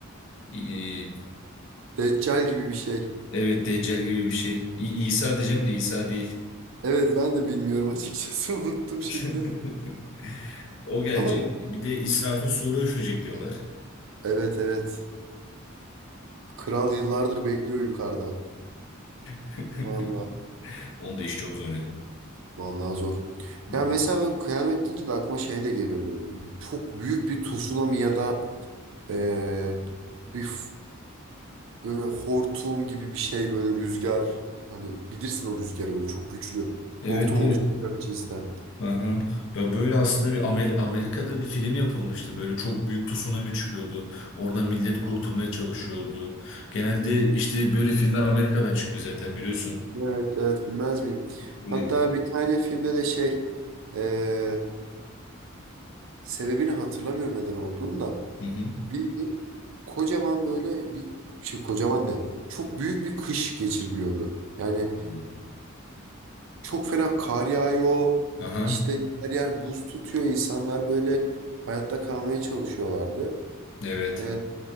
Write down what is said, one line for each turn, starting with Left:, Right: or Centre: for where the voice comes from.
Left: i- i-
Right: Deccal gibi bir şey.
Left: evet Deccal gibi bir şey. İ- İsa diyeceğim de İsa değil.
Right: Evet ben de bilmiyorum açıkçası <laughs> unuttum
Left: <laughs>
Right: şimdi.
Left: O gelecek.
Right: Ama
Left: Bir de İsrafil sura üfleyecek diyorlar.
Right: evet evet. Kral yıllardır bekliyor yukarıda.
Left: <laughs>
Right: Vallahi
Left: Onda iş çok zor yani.
Right: vallahi zor.
Left: Hı
Right: Ya
Left: hı.
Right: mesela böyle kıyamet deyince de aklıma şey de geliyor böyle. Çok büyük bir tsunami ya da eee, bir f- böyle hortum gibi bir şey böyle rüzgar. Hani bilirsin o rüzgarı böyle çok güçlü.
Left: Evet,
Right: Hortum oluşturacak
Left: evet.
Right: cinsten.
Left: Aha. Ya böyle aslında bir Amer- Amerika'da bir film yapılmıştı. Böyle çok büyük tsunami çıkıyordu. orada millet kurtulmaya çalışıyordu. Genelde işte böyle filmler Amerika'dan çıkıyor zaten biliyorsun.
Right: Evet evet bilmez miyim?
Left: Öyle.
Right: Hatta bir tane filmde de şey eee, sebebini hatırlamıyorum neden olduğunu da.
Left: Hı hı.
Right: Bildiğin kocaman böyle bir şey kocaman ne? Çok büyük bir kış geçiriliyordu. Yani
Left: Hı.
Right: Çok fena kar yağıyor.
Left: Aha.
Right: İşte her yer buz tutuyor. İnsanlar böyle hayatta kalmaya çalışıyorlardı.
Left: Evet.
Right: Ee,